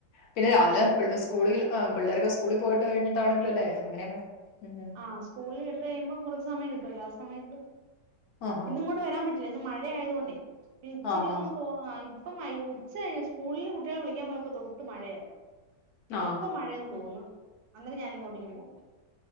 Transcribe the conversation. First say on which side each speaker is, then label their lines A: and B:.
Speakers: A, on the left; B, on the right.
A: പിന്നെ രാവിലെ സ്കൂളിൽ പിള്ളേരൊക്കെ സ്കൂളിൽ പോയിട്ട് കഴിഞ്ഞിട്ടണെങ്കിലും അല്ലെ അങ്ങനെ ഉം ഉം
B: ആ സ്കൂളിൽ വിട്ട കഴിയുമ്പം കുറച്ച് സമയം കിട്ടുവല്ല സമയത്ത്
A: ആഹ്
B: ഇന്നും ഇങ്ങോട്ട് വരാൻ പറ്റില്ല ഇന്ന് മഴ മഴ ആയതുകൊണ്ട് ഇച്ചിരി
A: ആഹ് ആഹ്
B: ഒന്ന് തോന്ന <unintelligible> അപ്പം ഉച്ച കഴിഞ്ഞ് സ്കൂളിൽ കുട്ടികളെ വിളിക്കാൻ പോയപ്പോ തൊട്ട് മഴയായിരുന്നു
A: ആഹ്
B: ഇപ്പൊ മഴയന്ന് തോന്നുന്നു അന്നേരം ഞാന ഇങ്ങോട്ടേക്ക് പോന്നു